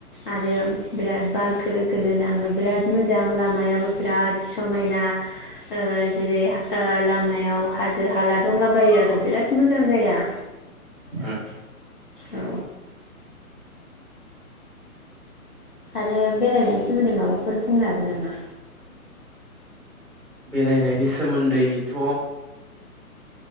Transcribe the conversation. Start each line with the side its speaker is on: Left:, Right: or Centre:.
Left: आरो बिराद बार खोलो खोलो नाङो बिराद मोजां लामायाबो बिराद समायना ओ जेरै ओ लामायाव हाजो हाला दंलाबायो आरो बिराद मोजां जायगा
Centre: उम।
Left: औ आरो बेरायनायनि सोमोन्दै माबाफोर बुंनो हागोन नामा?
Centre: बेरायनायनि सोमोन्दैथ'